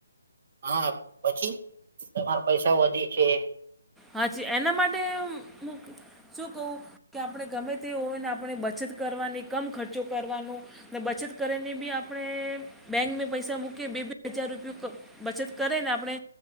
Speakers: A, on the right; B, in the centre.
A: હા પછી તમારે પૈસા વધી છે.
B: હાજી એના માટે હું શું કહું. કે આપણે ગમે તે હોને આપણે બચત કરવાની કમ ખર્ચો કરવાનો. અને બચત કરેને બી આપણે બેંકમાં પૈસા મૂકી બે બે હજાર રૂપયો ક બચત કરે ને આપણે